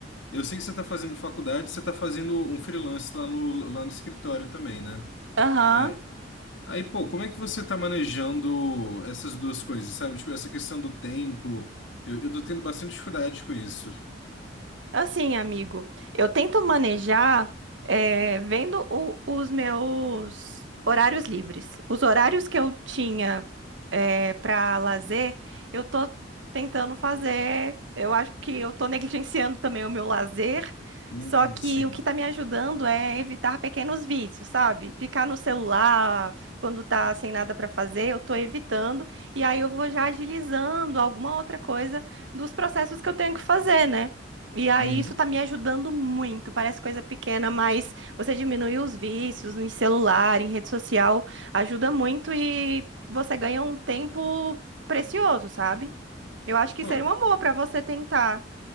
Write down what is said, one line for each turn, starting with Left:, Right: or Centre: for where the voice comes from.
Left: Eu sei que você está fazendo faculdade, você está fazendo um freelance lá no, lá no escritório também, né?
Right: Aham.
Left: Aí, aí, pô, como é que você está manejando essas duas coisas, sabe? Tipo, essa questão do tempo. Eu, eu tô tendo bastante dificuldade com isso.
Right: Assim, amigo, eu tento manejar eh, vendo o- os meus horários livres. Os horários que eu tinha para lazer, eu tô tentando fazer. Eu acho que eu tô negligenciando também o meu lazer.
Left: Hum,
Right: Só que
Left: sim.
Right: o que tá me ajudando é evitar pequenos vícios, sabe? Ficar no celular quando tá sem nada para fazer, eu tô evitando. E aí eu vou já agilizando alguma outra coisa dos processos que eu tenho que fazer, né? E aí,
Left: Uhum.
Right: isso tá me ajudando muito. Parece coisa pequena, mas você diminui os vícios em celular, em rede social, ajuda muito e você ganha um tempo precioso, sabe? Eu acho que
Left: Pô,
Right: seria um amor pra você tentar.